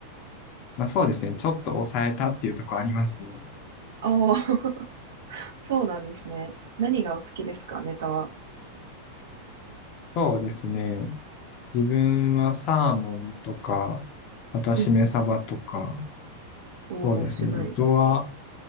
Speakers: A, on the left; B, on the right.
A: まあそうですね、ちょっと抑えたっていうところありますね。
B: ああー、<laughs> そうなんですね。何がお好きですかネタは。
A: そうですね、自分はサーモンとか、あとはしめ鯖とか、
B: うんうん。おー、
A: そうですね、
B: 渋い。
A: あとは、